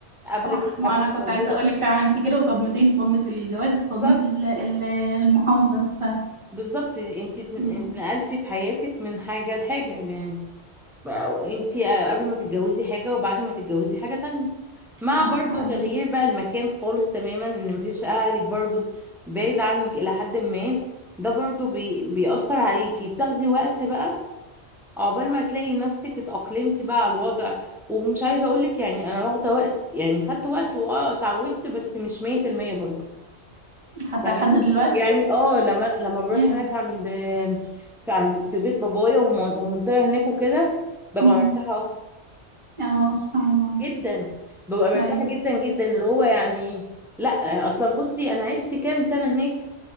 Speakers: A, in the centre; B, on the right.
A: قبل
B: صح ما
A: قبل
B: انا كنت
A: الموضوع
B: عايزه اقولك فعلا انت كده صدمتين صدمه الجواز وصدمه
A: بالظبط
B: ال- ال- المحافظه نفسها
A: بالظبط أنت اتن-
B: امم
A: اتنقلتي في حياتك من حاجة لحاجة يعني بقى- أنت قبل ما تتجوزي حاجة وبعد ما تتجوزي حاجة تانية مع
B: صح
A: برضو
B: ايوه
A: تغيير بقى المكان خالص تماما ان مفيش اهلك برضو بعيد عنك الى حد ما ده برضو بي بيأثر عليكي بتاخدي وقت بقى عقبال ما تلاقي نفسك اتأقلمتي بقى على الوضع ومش عايزة اقولك يعني انا واخدة وقت يعني خدت وقت واه اتعودت بس مش 100% برضو
B: حتى
A: فاهماني
B: لحد دلوقتي
A: يعني اه لما لما بروح
B: yeah.
A: هناك عند في عند في بيت بابايا وم- والمنطقة هناك وكده ببقى
B: امم
A: مرتاحة اكتر
B: اه سبحان الله
A: جدا ببقى مرتاحة
B: ايوه
A: جدا جدا اللي هو يعني لا اصلا بصي انا عشت كام سنة هناك